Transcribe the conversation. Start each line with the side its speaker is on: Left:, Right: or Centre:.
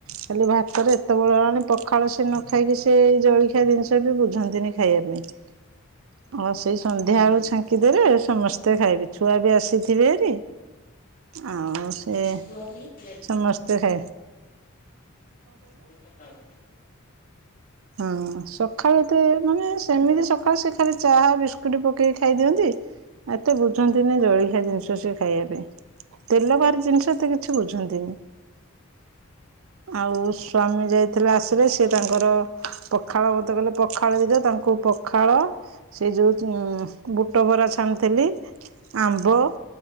Right: ଖାଲି ଭାତରେ ଏତେବେଳ ହେଲାଣି ପଖାଳ ସେ ନ ଖାଇକି ସେ ଜଳଖିଆ ଜିନିଷ ବି ବୁଝନ୍ତିନି ଖାଇବା ପାଇଁ ଆ ସେଇ ସନ୍ଧ୍ୟା
Left: ହଁ
Right: ବେଳୁ
Left: ହଁ
Right: ଛାଙ୍କିଦେଲେ ସମସ୍ତେ ଖାଇବେ ଛୁଆ ବି ଆସିଥିଭାରି। ଆଉ ସେ
Left: ପୁଅ ସ୍କୁଲ
Right: ସମସ୍ତେ ଖା
Left: ସାକାଳ
Right: ହଁ ସକାଳୁତ ମାନେ ସେମିତି ସକାଳୁ ସେଖ ଚାହା ବିସ୍କୁଟ ପକେଇକି ଖାଇଦିଅନ୍ତି। ଏତେ ବୁଝନ୍ତିନି ଜଳିଖିଆ ଜିନିଷ ସ ଖାଇବା ପାଇଁ ତେଲବାର ଜିନିଷ କିଛି ବୁଝନ୍ତିନି। ଆଉ ସ୍ଵାମୀ ଯାଇଥିଲେ ଆସିଲେ ସି
Left: ହଁ
Right: ତାଙ୍କର
Left: ହଁ
Right: ପଖାଳ ମତେ କହଲେ ପଖାଳ ବିଦ ତାଙ୍କୁ ପଖାଳ ସେ ଯୋଉ ଉ ବୁଟ ଭରା ଛାନଥିଲି ଆମ୍ବ